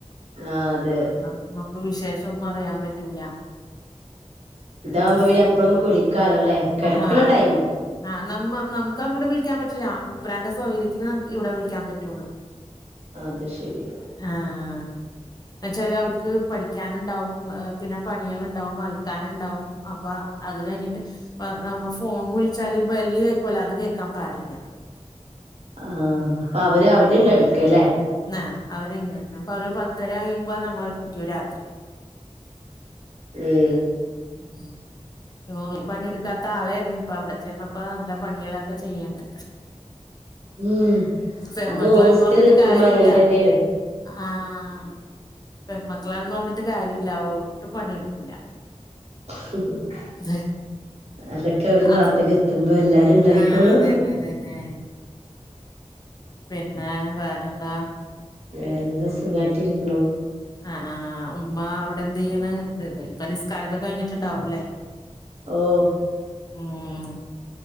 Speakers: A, on the right; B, on the left.
A: ആഹ് അതെ
B: നമുക്ക് വിശേഷം ഒന്നു അറിയാ പറ്റൂല
A: ഇതാവുമ്പോ
B: ഉം
A: പിന്നെ എപ്പഴും നമുക്ക് വിളിക്കാലോ അല്ലെ കിടക്കണ
B: അ ആഹ്
A: ടൈമ്
B: ആഹ് നമ്മ് നമുക്ക് അങ്ങട്ട് വിളിക്കാൻ പറ്റൂല്ല മൂപ്പ്രാന്റെ സൗകര്യത്തിന് നമ് ഇവിടെ വിളിക്കാൻ പറ്റുള്ളൂ <inaudible>
A: അത് ശരി
B: ആഹ് ന്നച്ചാല് അവർക്ക് പഠിക്കാന്ണ്ടാവും പിന്നെ പണികള്ണ്ടാവും അ ക്കാന്ണ്ടാവും അപ്പൊ അത് കഴിഞ്ഞിട്ട് വ നമ്മ ഫോൺ വിളിച്ചാല് ബെല്ല് കേക്കോലൊ അത് കേക്കാന് പാടില്ല
A: ആഹ് അപ്പ അവര് അവണ്ടടിക്കലേ
B: ന്ന അവര്ങ്ങ് ഇപ്പൊ ഒരു പത്തരകയ്യുമ്പോ നങ്ങളെ വിളിക്കു രാത്രി
A: ഏ
B: ഉം ഉം രൂന്നൂർ പണിടുക്കാത്ത ആളായിരുന്നുപ്പ അവിടെ ചെന്നപ്പോ നല്ല പണികളൊക്കെ ചെയ്യ്ണ്ട്
A: ഉം
B: പെമ്മക്കളാന്ന്
A: അത് ഹോസ്റ്റലിൽ
B: പറഞ്ഞിട്ട്
A: നിക്കുമ്പോ
B: കാര്യുല്ല
A: അങ്ങനെ തന്നെയാണ്
B: ആഹ് പെമ്മക്കളാന്ന് പറഞ്ഞിട്ട് കാര്യില്ല ഒട്ടും പണിയെടുക്കൂല
A: <inaudible>
B: <inaudible>
A: അതൊക്കെ ഒരു ഭാഗത്തേക്ക്
B: അസ്
A: എത്തുമ്പോ എല്ലാരും ഉണ്ടായിക്കോളും
B: ആഹ് അതന്നെ അതന്നെ പിന്നെ വേറെന്താ
A: വേറെന്താ സുഖായിട്ടിരിക്കുണു
B: ആഹ് ആഹ് ഉമ്മ അവിടെ എന്ത്യ്യ്ണ് ഇപ്പൊ നിസ്കാരൊക്കെ കഴിഞ്ഞിട്ടുണ്ടാവുലെ
A: ഓഹ്
B: ഉം